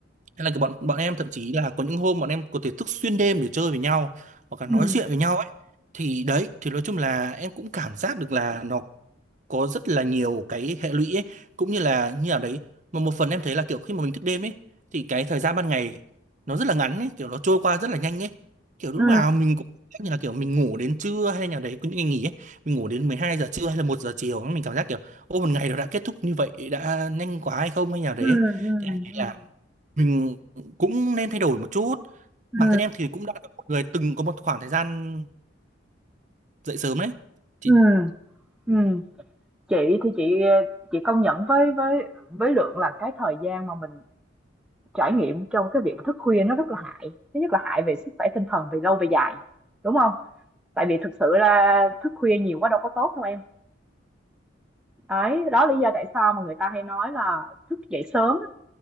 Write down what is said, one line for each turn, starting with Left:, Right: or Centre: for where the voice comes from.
Right: hay là cái bọn bọn em thậm chí là có những hôm bọn em có thể thức xuyên đêm để chơi với nhau hoặc là
Centre: ừ
Right: nói chuyện với nhau ấy. Thì đấy, thì nói chung là em cũng cảm giác được là nó có rất là nhiều cái hệ lụy ấy cũng như là như nào đấy mà một phần em thấy là kiểu khi mà mình thức đêm ấy thì cái thời gian ban ngày nó rất là ngắn ấy kiểu nó trôi qua rất là nhanh ấy kiểu lúc
Centre: ừ
Right: nào mình cũng cảm giác như là kiểu mình ngủ đến trưa hay nào đấy có những ngày nghỉ ấy mình ngủ đến 12 giờ trưa hay là một giờ chiều mình cảm giác kiểu ô một ngày nó đã kết thúc như vậy đã nhanh quá hay không hay nào đấy
Centre: ừ
Right: ấy.
Centre: ừ
Right: thì em thấy là mình cũng nên thay đổi một chút
Centre: ừ
Right: bản thân em thì cũng đã là một người từng có một khoảng thời gian dậy sớm đấy Chị
Centre: ừ ừ. chị thì chị chị công nhận với với với lượng là cái thời gian mà mình Trải nghiệm trong cái việc thức khuya nó rất là hại, thứ nhất là hại về sức khỏe tinh thần về lâu về dài, đúng không? Tại vì thực sự là thức khuya nhiều quá đâu có tốt đâu em. Đấy, đó lý do tại sao mà người ta hay nói là thức dậy sớm